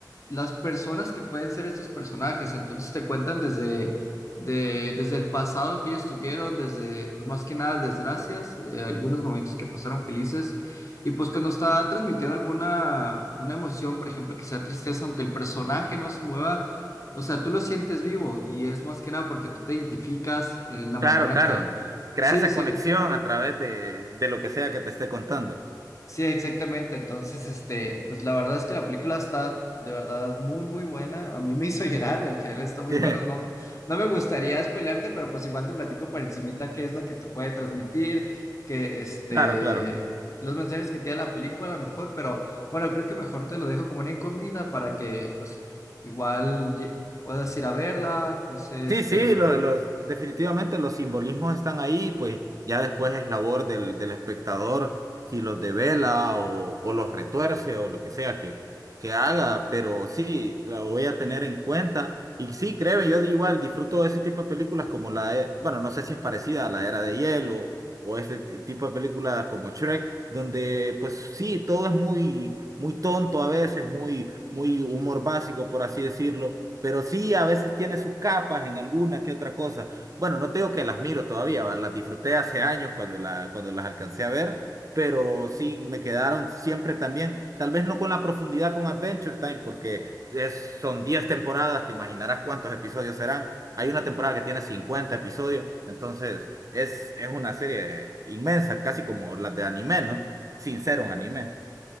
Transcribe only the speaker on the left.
las personas que pueden ser estos personajes. Entonces te cuentan desde, de, desde el pasado que ellos tuvieron, desde, pues más que nada, desgracias, eh, algunos momentos que pasaron felices. Y pues cuando está transmitiendo alguna una emoción, por ejemplo, que sea tristeza, aunque el personaje no se mueva, o sea, tú lo sientes vivo y es más que nada porque tú te identificas en la
manera
en que...
Sí,
sí,
Sí, exactamente. Entonces, este, pues la verdad es que la película está de verdad muy, muy buena. A mí me hizo <laughs> llorar, el final está muy
bueno. No, no me gustaría spoilearte, pero pues igual te platico por encimita qué es lo que te puede transmitir, que este,
los mensajes que tiene la película a lo mejor, pero bueno, creo que mejor te lo dejo como una incógnita para que pues igual ye- puedas ir a verla, no sé,
este,
a lo mejor.